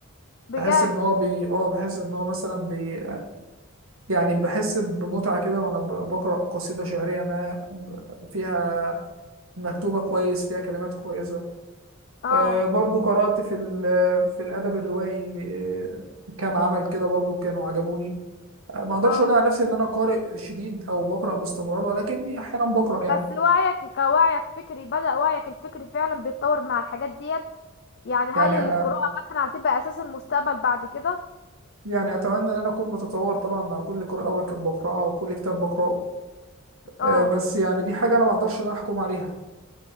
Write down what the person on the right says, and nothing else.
بحس إن هو بي آه بحس إن هو مثلا بي يعني بحس بمتعة كده وأنا ب- بقرأ قصيدة شعرية ما فيها مكتوبة كويس فيها كلمات كويسة
آه، برضو قرأت في ال- في الأدب الروائي آه، كام عمل كده برضو كانوا عجبوني آه، ما أقدرش
أقول على نفسي إن أنا قارئ شديد أو بقرأ باستمرار ولكني أحيانا بقرأ يعني
يعني
آه،
يعني أتمنى إن أنا أكون بتطور طبعا مع كل قراءة بك- بقرأها وكل كتاب بقرأه
آه، بس يعني دي حاجة أنا ما أقدرش إن أنا أحكم عليها